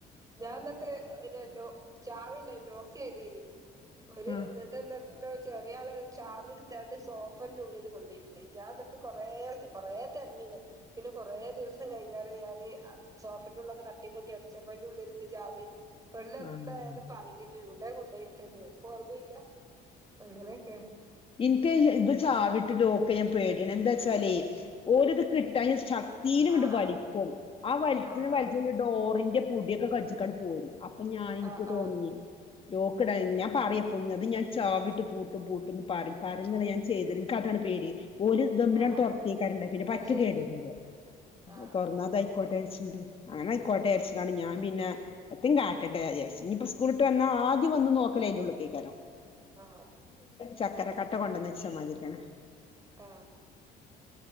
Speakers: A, on the right; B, on the left.
A: ഞാൻ ഇന്നത്തെ ഇന്നല്ലോ ചാവ് ലെ ലോക്ക് ചെയ്തേനി ഒരു
B: ആ
A: എന്നിട്ട് എന്താക്കി ചെറിയ ആള് ചാവി എടുത്തണ്ട് സോഫന്റെ ഉള്ളില് കൊണ്ടോയിട്ടുണ്ട് ഞാൻ എന്നിട്ട് കൊറേ കൊറേ തിരഞ്ഞില് പിന്നെ കൊറേ ദിവസം കഴിഞ്ഞാല് ഞാന് സോഫന്റെള്ളിലൊക്കെ തട്ടിക്കൂട്ടി അടച്ച അയിന്റെ ഉള്ളിലിണ്ട് ചാവി പെണ്ണ് എന്തായാലും
B: ആ
A: പറഞ്ഞില്ലേ? എവിടെ കൊണ്ടോയിട്ടത് ഇപ്പൊ ഓർമ്മയില്ല അങ്ങനെയൊക്കെയ
B: ഇനിക്ക് ഇത് ചാവിട്ട് ലോക്ക് ചെയ്യാൻ പേടിയാണ് എന്താച്ചാലേ ഓരത്കിട്ടാ
A: ഏ
B: ശക്തിൽ
A: ആഹ്
B: ഇങ്ങട്ട്‌വലിക്കും. ആ വലിച്ച്‌
A: ആഹ് ആഹ്
B: വലിച്ച് ഡോറിന്റെ ന്റെ മുടിയൊക്കെ കട്ജിക്കാണ് പോരും അപ്പൊ ഞാൻ
A: ആഹ്
B: എനിക്ക്
A: ആഹ് ആഹ്
B: തോന്നി ലോക്ക് ഇടാൻ ഞാൻ പറയപ്പെഞ്ഞത് ഞാൻ ചാവിട്ട് പൂട്ടും പൂട്ടും പറും പറഞ്ഞിന്ന്
A: ആഹ് ആഹ്
B: ഞാൻ ചെയ്തിരു ക്കതാണ് പേടി ഒരു ദമ്മിനാണ്
A: ആഹ് ആഹ്
B: തുറക്കേക്കാറണ്ട പിന്നെ
A: അത്
B: പറ്റ
A: ശരിയാ
B: കേടല്ല
A: ആഹ്
B: തുറന്നാ അതായിക്കോട്ടെ <unintelligible> അങ്ങനെ ആയിക്കോട്ടെച്ചട്ടണ്
A: ആഹ്
B: ഞാൻ പിന്നെ എന്തു കാട്ടട്ടെ ഇനിയിപ്പ സ്കൂളിട്ട് വന്നാ ആദ്യം വന്നു നോക്കല അതിന്റെറെ ഉള്ളത്തേക്കാരോ
A: ആ
B: ചക്കര കട്ട കൊണ്ടുവന്ന് വച്ചാൽ മതിരിയാണ്
A: ആ